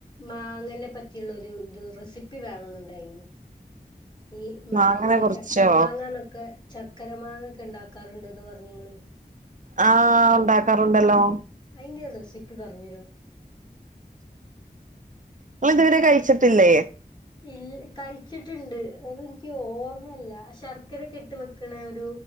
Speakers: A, on the left (about 30°); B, on the right (about 55°).
A: മാങ്ങനെ പറ്റിള്ളൊരു ഇത് റെസിപ്പി വേണെന്ന്ണ്ടായിനു ഈ മാങ്ങ
B: മാങ്ങനെ കുറച്ചോ
A: ചക്കര മാങ്ങന്നൊക്കെ ചക്കര മാങ്ങ ഒക്കെ ഉണ്ടാക്കാറുണ്ട്ന്ന് പറഞ്ഞ്ങ്ങ്ള്
B: ആഹ് ഉണ്ടാക്കാറുണ്ടല്ലോ
A: അയിന്റെ റെസിപ്പി പറഞ്ഞെരോ
B: ങ്ങളിത് വരെ കഴിച്ചിട്ടില്ലേ
A: ഇൽ കഴിച്ചിട്ടുണ്ട് അതെനിക്ക് ഓർമ്മല്ല ശർക്കരക്കെ ഇട്ട് വെക്കണ ഒരു